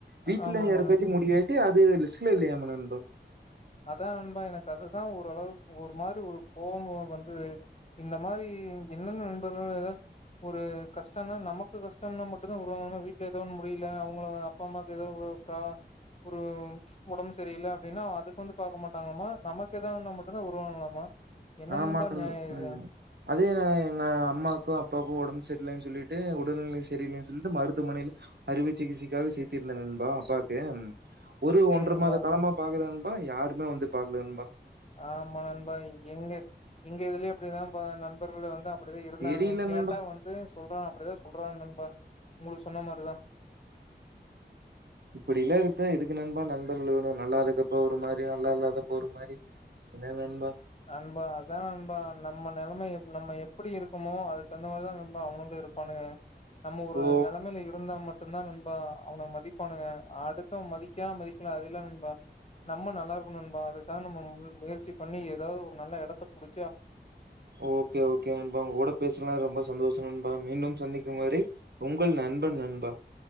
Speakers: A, on the right; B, on the left.
A: வீடல
B: ஆ- ஆமா ஆமா
A: இறக்கது
B: நண்
A: முடியாது அது லஸ்டல இல்ல ஏமனந்த
B: அதான் நண்பா எனக்கு அதுதான் ஓரளவுக்கு ஒரு மாதிரி ஒரு கோபம் வந்தது இந்த மாதிரி என்னென்ன நண்பர்கள் ஏதது ஒரு கஷ்டம்னா நமக்கு கஷ்டம்னா மட்டுும் தான் வருவாங்கன்னா வீட்டுல ஏதோ ஒன்னு முடியல அவங்கள அப்பா அம்மாவுக்கு ஏதோ ப ஒரு உடம்பு சரியல அப்படின்னா அதுக்கு வந்து பாக்க மாட்டாங்கம்மா நமக்கு ஏதாவதுந்தா மட்டும்தான் வருவாங்களலாமா என்னன்னபா
A: ஆமா நண்
B: நியாயம் இது
A: ம் அதே நான் எங்க அம்மாக்கும் அப்பாக்கும் உடம்பு சரியில்லைன்னு சொல்லிட்டு உடல்நிலை சரியில்லலைன்னு சொல்லிட்டு மருத்துவமனையில் அறுவை சிகிச்சைக்காக சே்த்திருந்தேன்ணபா அப்பாவுக்கு ஒரு
B: சரி
A: ஒன்று
B: நண்பா
A: மாத காலமா பாக்கற அப்ப யாருமே வந்து பாலபா
B: ஆமா நண்பா எங்க எங்க இதுலயே அப்படிதான் நண்பர்கள வந்து அப்படிான் இருந்தானுங்க
A: தெரில
B: கேட்டா
A: நண்பா
B: வந்து சொல்றான் அப்படிதான் சொல்றாங்க உங்களுக்கு சொன்ன மாதிரிதான்
A: இப்படி இல்ல இருத்த எதுக்கு நண்பா நண்பர்கள் வேணும் நல்லா இருக்கப்ப ஒரு மாதிரி நல்லா இல்லாதப்ப ஒரு மாதிரி என்னன்ன நண்பா
B: அன்பா அதான நண்பா நம்ம நிலைமை நம்ம எப்படி இருக்குமோ அது தகுந்த மாதிரிதான் நண்பா அவனுள்ள இருப்பானுங்க நம்ம ஒரு
A: ஓ
B: நிலைமையில இருந்தா மட்டும் ம தான் நண்பா அவனை மதிப்பானு அடுத்த மதிக்க மதிக்கல அல்லாம் நண்பா நம்ம நல்லா இருக்கும் நண்பா அதுக்க நம்ம முயற்சி பண்ணி அதாவது ஒரு நல்ல இடத்தை ப புடி
A: ஓகே ஓகே உங்க கூட பேசல ரொம்ப சந்தோஷம் நண்பா மீண்டும் சந்திக்கும் வரை உங்கள் நண்பன் நண்பா